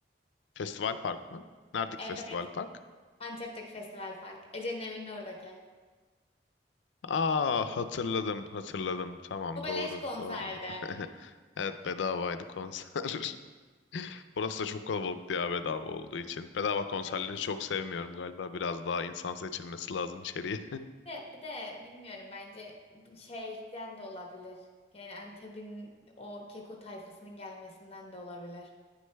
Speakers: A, on the left; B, on the left.
A: Festival Park mı? Neredeki
B: Evet.
A: Festival Park?
B: Antep'teki Festival Park. Ece'nin evinin oradaki.
A: Aa hatırladım hatırladım tamam
B: O beleş
A: doğru
B: konserde.
A: doğru. <laughs> Evet bedavaydı konser. <laughs> Burası da çok kalabalıktı ya bedava olduğu için. Bedava konserleri
B: Evet.
A: çok sevmiyorum galiba biraz daha insan seçilmesi lazım içeriye.
B: de, bir de bilmiyorum bence şeyden de olabilir. Yani Antep'in o keko tayfasının gelmesinden de olabilir.